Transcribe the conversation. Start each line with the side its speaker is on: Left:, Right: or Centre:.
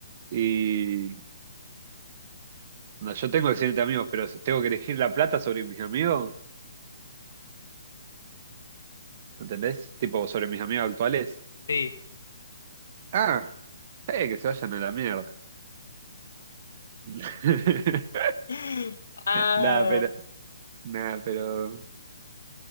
Right: Y no, yo tengo excelentes amigos, pero si tengo que elegir la plata sobre mis amigos, ¿entendés? Tipo, sobre mis amigos actuales.
Left: sí.
Right: Ah, eh, que se vayan a la mierda. <laughs>
Left: <gasps> <laughs> Ah,
Right: Nada, pero, nada, pero,